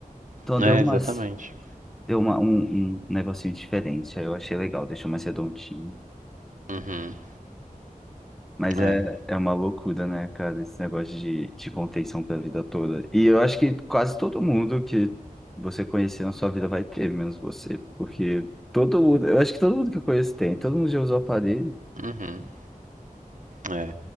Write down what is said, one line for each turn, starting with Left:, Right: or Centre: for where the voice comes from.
Centre: Então
Right: É,
Centre: deu umas,
Right: exatamente.
Centre: deu uma, um, um negocinho diferente, aí eu achei legal, deixou mais redondinho.
Right: Uhum.
Centre: Mas
Right: É.
Centre: é, é uma loucura, né, cara, esse negócio de, de contenção pra vida toda. E eu acho que quase todo mundo que você conhecer na sua vida vai ter, menos você. Porque todo mundo, eu acho que todo mundo que eu conheço tem, todo mundo já usou aparelho.
Right: Uhum. É.